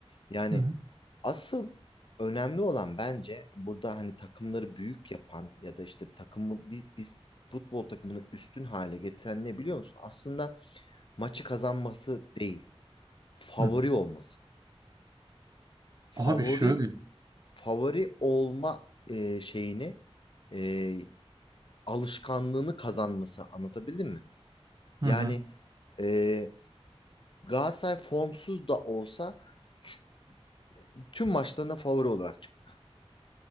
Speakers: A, on the left; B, on the right.
A: Yani
B: Hı hı.
A: asıl önemli olan bence burada hani takımları büyük yapan ya da işte takımı bir, bir futbol takımını üstün hale getiren ne biliyor musun? Aslında maçı kazanması değil, favori
B: Hı.
A: olması. Favori
B: Abi şöyle.
A: favori olma e, şeyini e, alışkanlığını kazanması anlatabildim mi?
B: Hı
A: Yani
B: hı.
A: e, Galatasaray formsuz da olsa ç- tüm maçlarına favori olarak çıktı.